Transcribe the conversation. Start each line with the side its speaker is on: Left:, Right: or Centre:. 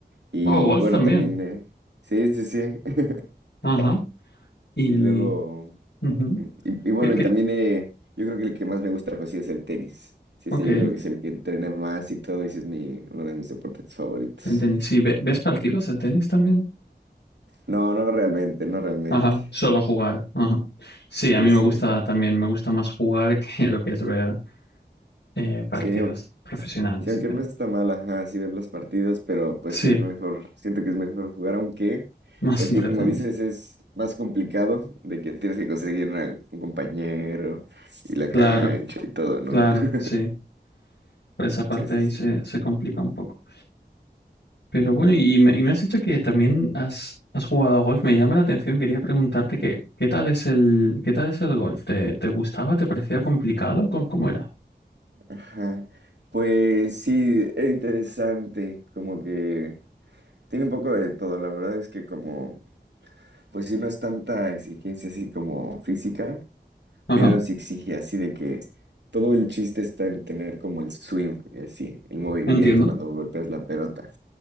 Right: Y
Left: O golf
Right: bueno,
Left: también.
Right: también, eh, sí, sí, sí. <laughs>
Left: Ajá. Y...
Right: Sí, luego.
Left: ujú.
Right: ujú. Y, y bueno,
Left: ¿Qué, qué?
Right: y también eh, yo creo que el que más me gusta, pues sí, es el tenis. Sí,
Left: Ok,
Right: sí,
Left: el
Right: yo creo que es el que entrena más y todo, y sí es mi, uno de mis deportes favoritos.
Left: tenis. Sí, ¿ve- ¿ves partidos de tenis también?
Right: No, no realmente, no realmente.
Left: Ajá, solo jugar. Ajá. Sí, a
Right: Sí,
Left: mí me
Right: sí.
Left: gusta también, me gusta más jugar <laughs> que lo que es ver eh, partidos
Right: Sí, aun-
Left: profesionales.
Right: sí, aunque no está mal, ajá, sí ver los partidos, pero pues
Left: Sí,
Right: sí es mejor, siento que es mejor jugar, aunque,
Left: más
Right: pues
Left: entretenido.
Right: sí, como dices, es más complicado de que tienes que conseguir una- un compañero y la
Left: Claro,
Right: cancha y todo, ¿no?
Left: claro,
Right: <laughs>
Left: sí. Por esa parte
Right: Sí, sí,
Left: ahí
Right: sí.
Left: se, se complica un poco. Pero bueno, y me, y me has dicho que también has, has jugado a golf. Me llama la atención, quería preguntarte que, qué tal es el, qué tal es el golf. ¿Te, te gustaba? ¿Te parecía complicado? ¿Cómo, cómo era?
Right: Ajá. Pues sí, es interesante, como que tiene un poco de todo, la verdad es que como, pues sí, no es tanta exigencia así como física,
Left: Ajá,
Right: pero sí exige así de que todo el chiste está en tener como el swing, y así, el movimiento
Left: entiendo.
Right: cuando golpeas la pelota.